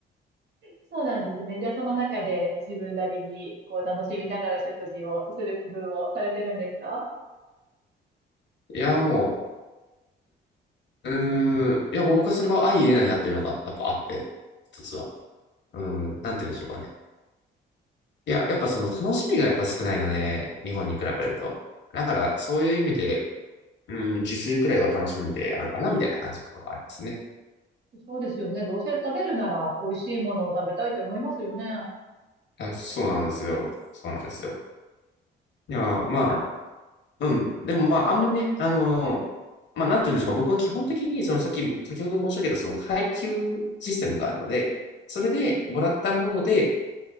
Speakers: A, on the right (about 60°); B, on the left (about 65°).
A: そうなんですね。じゃあその中で自分なりにこう楽しみながら食事をする工夫をされてるんですか
B: いや、もう、うーん、いや、もう僕はそれは相入れないなっていうのがやっぱあって、一つは。うん、なんて言うんでしょうかね。いや、やっぱその楽しみがやっぱ少ないので、日本に比べると。だから、そういう意味で、うん、自炊くらいは楽しみでやるかな、みたいな感じのところはありますね。
A: そうですよね。どうせ食べるなら美味しいものを食べたいと思いますよね。
B: あ、そうなんですよ。そうなんですよ。いや、まあ、うん。でもまあ、あんまりね、あのーまあ、なんていうんですか、僕は基本的に、そのさっき、先ほど申し上げた、その配給システムがあるので、それでもらったもので、